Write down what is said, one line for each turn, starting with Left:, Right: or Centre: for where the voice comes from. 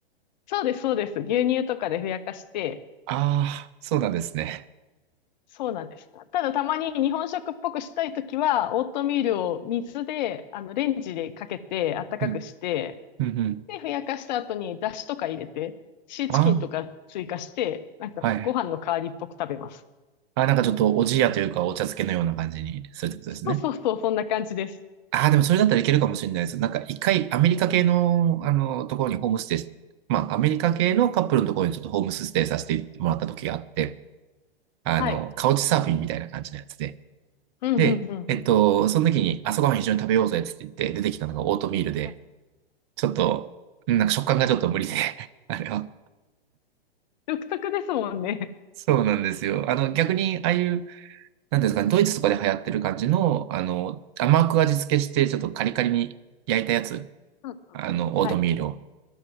Left: そうです、そうです。牛乳とかでふやかして、
Right: ああー、そうなんですね。
Left: そうなんです。ただたまに日本食っぽくしたいときは、オートミールを水で、あの、レンジでかけて、温かくして、
Right: うん。うん。うん。
Left: で、ふやかした後にだしとか入れて、シーチキンとか追加して、
Right: あ
Left: なんかご飯の代わりっぽく食べます。
Right: あ、はい。あー、なんかちょっとおじやというか、お茶漬けのような感じにするってことですね。
Left: そうそうそう、そんな感じです。
Right: ああ、でもそれだったらいけるかもしれないです。なんか一回アメリカ系の、
Left: うん、
Right: あの、ところにホームステイし、まあアメリカ系のカップルのところにちょっとホームステイさせてもらった時があって、あの、
Left: はい。
Right: カウチサーフィンみたいな感じのやつで。
Left: うん、
Right: で、
Left: うん、うん、
Right: えっと、
Left: うん。
Right: その時に朝ごはん一緒に食べようぜっつって言って出てきたのがオートミールで、
Left: はい
Right: ちょっと、うんなんか食感がちょっと無理で、<laughs> あれは。
Left: 独特ですもんね。
Right: そうなんですよ。あの、逆に、ああいう、なんていうんですかね、ドイツとかで流行ってる感じの、あの、甘く味付けして、ちょっとカリカリに焼いたやつ、
Left: うんうん。
Right: あの、オートミールを。
Left: はい。